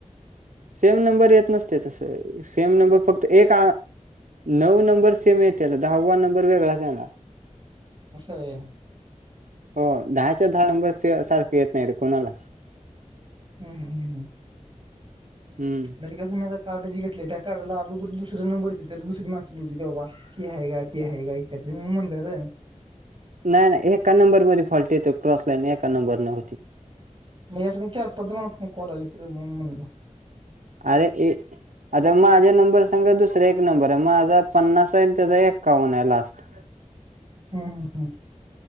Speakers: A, on the right (about 80°); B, on the right (about 40°).
A: सेम नंबर येत नसतय तसं, सेम नंबर फक्त एक नऊ नंबर सेम येत्याल दहावा नंबर वेगळाच येणार.
B: असय वय
A: होय, दहाच्या दहा नंबर सारखं येत नाही रे कुणाला.
B: हम् हम्म हम्म हम्म
A: हम्म
B: माझे कसं मी कार्ड जे घेतलय त्या कार्डला आदुगर दुसर नंबर त तर, दुसरी माणस बोलली ते बाबा हि हाय का, ती हाय का, म्हणुन म्हणलं रं
A: नाय नाय एका नंबर मध्ये फॉल्ट येतोय क्रॉसलाईनन एका नंबर नं
B: म्हणजे अस मी चार पाच फोन कॉल आले त रे म्हणून म्हणलं
A: अरे ये आता माझ्या नंबर संग दुसरा एक नंबर आहे, माझा पन्नास आहे आणि त्याचा एक्कावन आहे लास्ट
B: हम्म